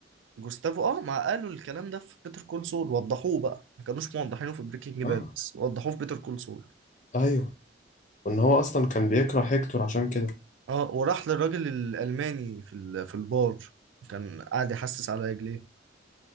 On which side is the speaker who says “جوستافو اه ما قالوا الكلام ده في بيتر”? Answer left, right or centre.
Right